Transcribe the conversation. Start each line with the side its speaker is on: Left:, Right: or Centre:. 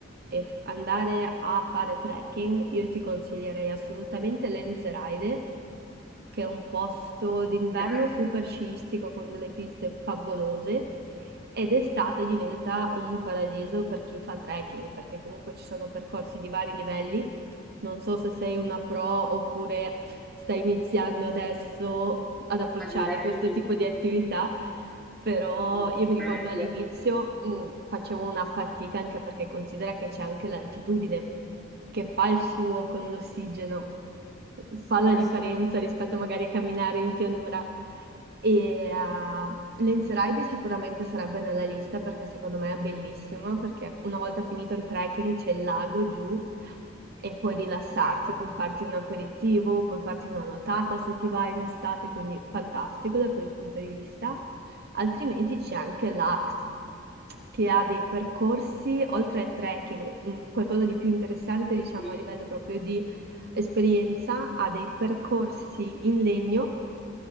Right: e f- andare a fare trekking, io ti consiglierei assolutamente Lenzerheide, che è un posto d'inverno
Centre: Ok,
Right: super sciistico con delle piste favolose ed estate diventa un paradiso per chi fa trekking, perché comunque ci sono percorsi di vari livelli non so se sei una pro oppure stai iniziando adesso ad approcciare
Centre: ma direi
Right: questo tipo di attività, però
Centre: un
Right: io mi ricordo
Centre: serio.
Right: all'inizio mh, facevo una fatica anche perché considera che c'è anche l'altitudine che fa il suo con l'ossigeno fa la
Centre: Eh
Right: differenza
Centre: sì,
Right: rispetto magari a camminare in pianura. E eh, Lenze Ride sicuramente sarebbe nella lista perché secondo me è bellissimo, perché una volta finito il trekking c'è il lago giù e puoi rilassarti,
Centre: wow,
Right: puoi farti un aperitivo, puoi farti una nuotata se ti vai in estate, quindi fantastico da quel punto di vista. Altrimenti c'è anche l'Axe, che ha dei percorsi, oltre al trekking, mh, qualcosa di più interessante, diciamo,
Centre: sì,
Right: a livello proprio di esperienza a dei percorsi in legno